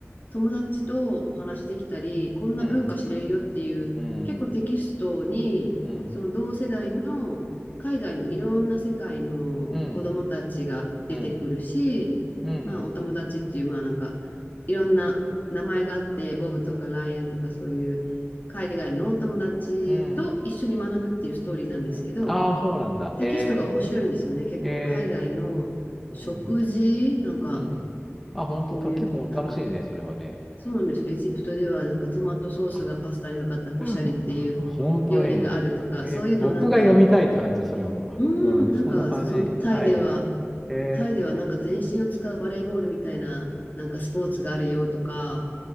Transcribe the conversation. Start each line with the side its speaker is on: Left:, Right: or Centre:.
Left: 友達とお話できたり、こんな文化知れるよっていう、
Centre: うん、うん、
Left: 結構テキストに、
Centre: うん、
Left: その同世代の海外のいろんな世界の子供たちが出てくるし、
Centre: うん、うん、うん、うん、
Left: まあお友達っていう、まあなんかいろんな名前があって、ボブとかライアンとかそういう海外のお友達と一緒に学ぶっていうストーリーなんですけど、
Centre: うん、うん。ああ、そうなんだ。
Left: テキストが面白いんですよね。
Centre: へえ、
Left: 結構海外の食事、
Centre: へえ、うん、
Left: なんか
Centre: うん。あ、本当た、
Left: こういう、
Centre: 結構楽しいね、
Left: なんか
Centre: それはね。
Left: そうなんです。エジプトではなんかトマトソースがパスタにかかったコシャリっていう料理があるとか、
Centre: <laughs> ぼ本当に。え、
Left: そういうのをなんか、
Centre: 僕が読みたいって感じだ、それも。
Left: うーん、
Centre: うん、
Left: なんかそう、
Centre: そんな感じ。
Left: タイでは、
Centre: はい。へえ、
Left: タイではなんか全身を使うバレーボールみたいな、なんかスポーツがあるよとか、